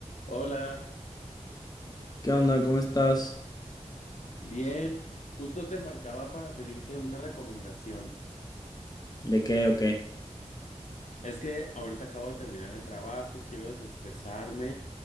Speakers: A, on the left; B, on the left.
A: Hola,
B: ¿Qué onda? ¿Cómo estás?
A: bien. Justo te marcaba para pedirte una recomendación.
B: ¿De qué o qué?
A: Es que ahorita acabo de terminar el trabajo, quiero desestresarme